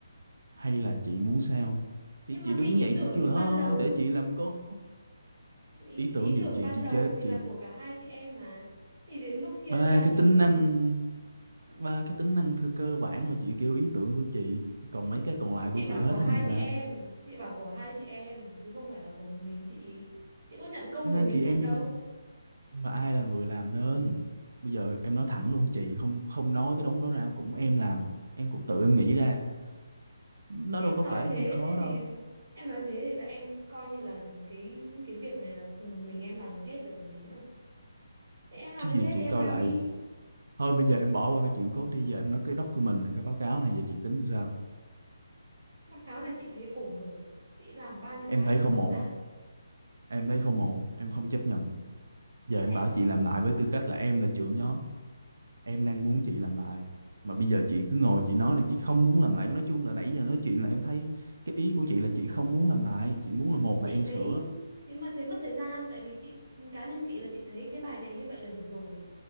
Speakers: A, on the right; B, on the right.
A: hay là chị muốn sao
B: Nhưng
A: thì
B: mà
A: chị đứng
B: cái ý
A: dậy
B: tưởng
A: chị kêu là thôi
B: ban đầu
A: để chị làm code
B: ý,
A: ý tưởng
B: ý
A: gì
B: tưởng
A: chị
B: ban
A: chị
B: đầu
A: chế
B: thì
A: chị
B: là của cả hai chị em mà. Thì đến lúc chia
A: ba
B: ra
A: cái
B: thì
A: tính năng ba cái tính năng thơ- cơ bản mà chị kêu ý tưởng của chị còn mấy cái còn lại
B: chị
A: của
B: bảo
A: chị hết
B: của hai
A: hay sao
B: chị em, chị bảo của hai chị em chứ không phải là của một mình chị. Chị có nhận công
A: hai
B: về mình
A: chị
B: hết
A: em
B: đâu.
A: nhưng mà nhưng mà ai là người làm nên bây giờ em nói thẳng luôn chị không không nói cái đống đó ra cũng em làm em cũng tự em nghĩ ra nó
B: em
A: đâu có
B: nói
A: phải
B: thế
A: gì khó
B: thì, thì
A: đâu
B: em nói thế thì là em coi như là cái cái việc này là một mình em làm được hết rồi còn gì nữa thế em làm
A: chứ
B: được
A: gì
B: hết
A: chị
B: thì em
A: coi
B: làm
A: lại
B: đi
A: thôi bây giờ em bỏ qua cái chuyện code đi giờ em nói cái document này cái báo cáo này giờ chị tính làm sao
B: báo cáo này chị thấy ổn rồi chị làm bao nhiêu
A: em
B: cái
A: thấy
B: chả
A: không
B: làm
A: ổn
B: sao
A: em thấy không ổn em không chấp nhận giờ em
B: em
A: bảo chị làm lại với tư cách là em là trưởng nhóm em đang muốn chị làm lại mà bây giờ chị cứ ngồi chị nói là chị không muốn làm lại nói chung là nãy giờ nói chuyện là em thấy cái ý của chị là chị không muốn làm lại chị muốn là một
B: chị
A: là em
B: thấy
A: sửa
B: chị mà thấy mất thời gian tại vì chị cá nhân chị là chị thấy cái bài này như vậy là được rồi